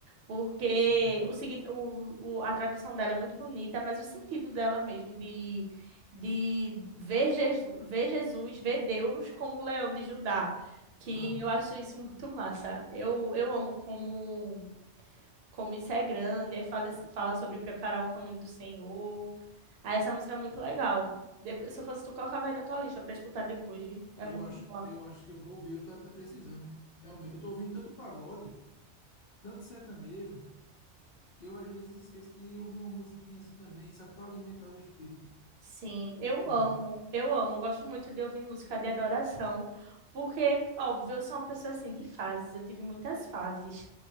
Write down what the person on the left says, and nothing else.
É, deve ser bonita.
Aham.
Eu
acho,
eu acho que eu vou ouvir, eu tô até precisando. Realmente, eu tô ouvindo tanto pagode, tanto sertanejo, que eu às vezes esqueço de ouvir uma musiquinha assim também, só pra alimentar o espírito,
entendeu?